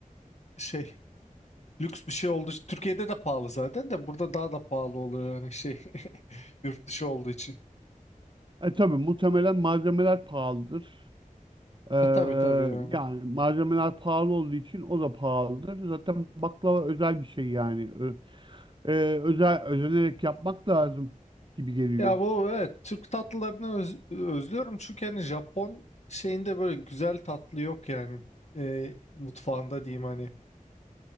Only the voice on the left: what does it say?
şey lüks bir şey olduğu için. Türkiye'de de pahalı zaten de burada daha da pahalı oluyor yani şey <laughs> yurt dışı olduğu için.
E tabii tabii yani.
Ya bu evet Türk tatlılarını öz- özlüyorum çünkü hani Japon şeyinde böyle güzel tatlı yok yani. Ee, mutfağında diyeyim hani.